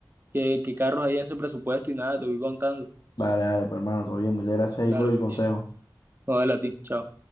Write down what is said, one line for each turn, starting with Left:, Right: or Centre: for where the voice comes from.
Right: qué, qué carros hay en ese presupuesto y nada, te voy contando.
Left: Dale, dale, pues hermano, todo bien. Muchas gracias
Right: Dale,
Left: ahí por el
Right: pues,
Left: consejo.
Right: Jason. no, dale a ti, chao.